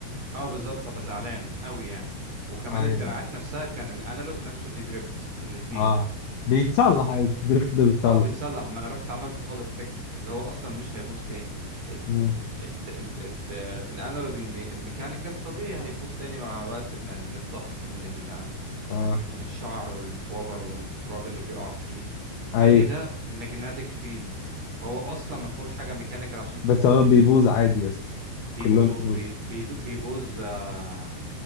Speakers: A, on the right (about 35°); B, on the left (about 70°).
A: اه بالظبط هبقى زعلان قوي يعني وكمان
B: ايوه
A: الدراعات نفسها كان الانالوج نفسه فيه دريفت الاثنين
B: اه بيتصلح عادي الدريفت ده بيتصلح
A: اه بيتصلح ما انا رحت عملت هول افكت اللي هو اصلا مش هيبوظ تاني ال-
B: مم.
A: ال- ال- ال- ال- الانالوج المي- الميكانيكال طبيعي هيبوظ تاني مع وقت من من الضغط من ال
B: اه
A: من الشعر والبوبر والتراب اللي بيقع فيه التاني
B: ايوه
A: ده ماجنتيك فيلد فهو اصلا ما فيهوش حاجه ميكانيكال عشان
B: بس
A: تبوظ
B: هو بيبوظ عادي يا اسطى
A: بيبوظ
B: كلهم
A: بي
B: بيبوظ
A: بي- بيبوظ آه،